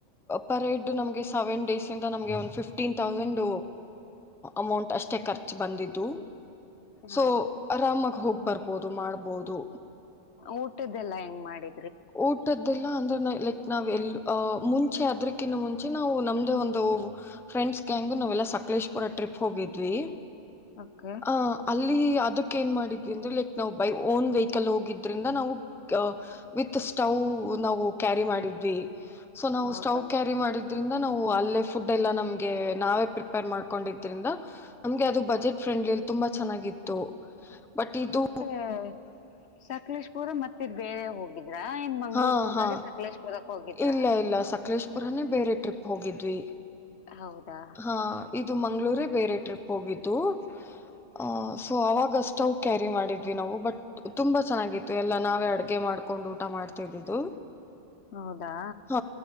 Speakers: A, in the centre; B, on the left.
A: ಪರೇಡ್ ನಮಗೆ ಸೆವೆನ್ ಡೇಸ್ ಇಂದ ನಮಗೆ one fifty fifteen thousand amount ಅಷ್ಟೇ ಖರ್ಚು ಬಂದಿದ್ದು
B: ಹಾ.
A: ಸೊ ಆರಾಮಾಗ ಹೋಗ್ ಬರ್ಬೋದು ಮಾಡ್ಬೋದು
B: ಊಟದ್ದೆಲ್ಲಾ ಹೆಂಗ್ ಮಾಡಿ
A: ಊಟದ್ದಲ್ಲ ಅಂದ್ರೆ ಲೈಕ್ ನಾವ್ ಎಲ್ ಮುಂಚೆ ಅದ್ರಕ್ಕಿನ್ನ ಮುಂಚೆ ನಾವು ನಮ್ದ ಒಂದು ಫ್ರೆಂಡ್ಸ್ಗೆ ಹೆಂಗು ನಾವೆಲ್ಲಾ ಸಕಲೇಶ್ಪುರ ಟ್ರಿಪ್ ಹೋಗಿದ್ವಿ
B: ಓಕೆ
A: ಆ ಅಲ್ಲಿ ಅದಕ್ ಏನ್ ಮಾಡಿದ್ವಿ ಅಂದ್ರೆ ಲೈಕ್ ನಾವು ಬೈ ಓನ್ ವೆಹಿಕಲ್ ಹೋಗಿದ್ರಿಂದ ನಾವು ವಿತ್ ಸ್ಟೌವ್ ನಾವು ಕ್ಯಾರಿ ಮಾಡಿದ್ವಿ ಸೊ ನಾವು
B: ಹೌದಾ
A: ಸ್ಟವ್ ಕ್ಯಾರಿ ಮಾಡಿದ್ ಇದ್ರಿಂದ ನಾವು ಅಲ್ಲೇ ಫುಡ್ ಎಲ್ಲಾ ನಮ್ಗೆ ನಾವೇ ಪ್ರಿಪೇರ್ ಮಾಡ್ಕೊಂಡಿದ್ರಿಂದ ನಮ್ಗೆ ಅದು ಬಜೆಟ್ ಫ್ರೆಂಡ್ಲಿಲ್ಲಿ ತುಂಬಾ ಚೆನ್ನಾಗಿತ್ತು ಬಟ್ ಇದು
B: <inaudible> ಸಕಲೇಶ್ ಪುರ ಮತ್ತೆ ಬೇರೆ ಹೋಗಿದ್ರ ಇನ್ ಮಂಗಳೂರುಗು
A: ಹಾ
B: ಹೋದಾಗೆ
A: ಹಾ
B: ಸಕಲೇಶ್ ಪುರಕ್ ಹೋಗಿದ್ರ
A: ಇಲ್ಲ ಇಲ್ಲ ಸಕಲೇಶ್ ಪುರಾನೇ ಬೇರೆ ಟ್ರಿಪ್ ಹೋಗಿದ್ವಿ
B: ಹೌದಾ
A: ಹಾ ಇದು ಮಂಗ್ಳುರೇ ಬೇರೆ ಟ್ರಿಪ್ ಹೋಗಿದ್ದು ಹ ಸೊ ಅವಾಗ ಸ್ಟೋವ್ ಕ್ಯಾರಿ ಮಾಡಿದ್ವಿ ವಿ ನಾವು ಬಟ್ ತುಂಬಾ ಚೆನ್ನಾಗಿತ್ತು ಎಲ್ಲಾ ನಾವೇ ಅಡ್ಗೆ ಮಾಡ್ಕೊಂಡು ಊಟ ಮಾಡ್ತಾ ಇದಿದ್ದು
B: ಹೌದಾ
A: ಹ